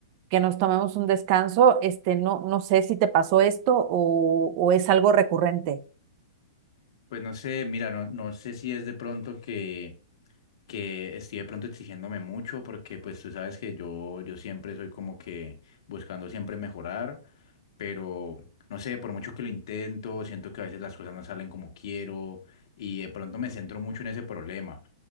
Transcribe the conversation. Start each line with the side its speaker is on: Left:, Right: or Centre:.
Right: que nos tomemos un descanso, este, no, no sé si te pasó esto o, o es algo recurrente.
Left: Pues no sé, mira, no, no sé si es de pronto que, que estoy de pronto exigiéndome mucho, porque pues tú sabes que yo, yo siempre soy como que buscando siempre mejorar, pero no sé, por mucho que lo intento, siento que a veces las cosas no salen como quiero y de pronto me centro mucho en ese problema.